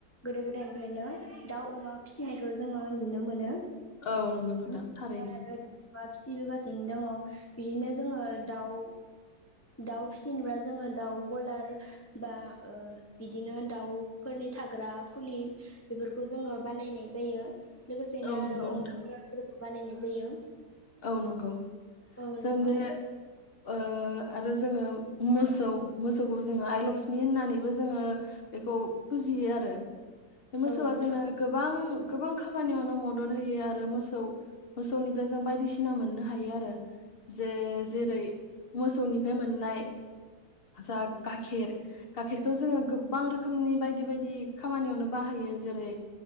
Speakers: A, on the left (about 20°); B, on the left (about 50°).
A: गोदो गोदायनिफ्रायनो दाउ अमा फिसिनायखौ जोङो। नुनो मोनो।
B: औ नंगौ नोंथां
A: आरो
B: थारैनो।
A: दाउआ फिसिबोगासिनो दङ बिदिनो जोङो दाउ। दाउ फिसिनोब्ला जोङो दाउ गलार बा ओ बिदिनो दाउफोरनि थाग्रा खुलि बेफोरखौ जोङो बानायनाय जायो। लोगोसेनो
B: औ
A: आरो
B: नंगौ
A: अम।
B: नोंथां
A: बानायनाय जायो।
B: औ नंगौ।
A: औ
B: <unintelligible>
A: नोंथां
B: ओ आरो जोङो मोसौ मोसौखौ जोङो आइ लक्ष्मि होननानैबो जोङो बेखौ फुजियो आरो। बे मोसौआ
A: औ नोंथां
B: जोंनो गोबां। गोबां खामानियावनो मदद होयो आरो मोसौ मोसौनिफ्राय जों बायदि। सिना मोननो हायो आरो। जे जेरै। मोसौनिफ्राय मोननाय जा गाखेर गाखेरखौ जोङो गोबां रोखोमनि बायदि बायदि खामानियावनो बाहायो जेरै